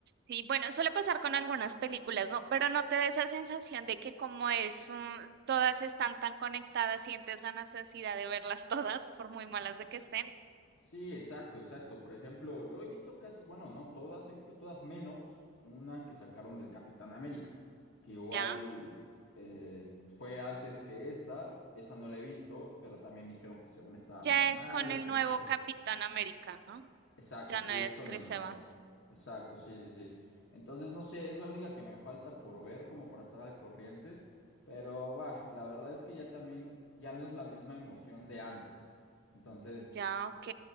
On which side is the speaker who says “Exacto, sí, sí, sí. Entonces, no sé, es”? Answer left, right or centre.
Left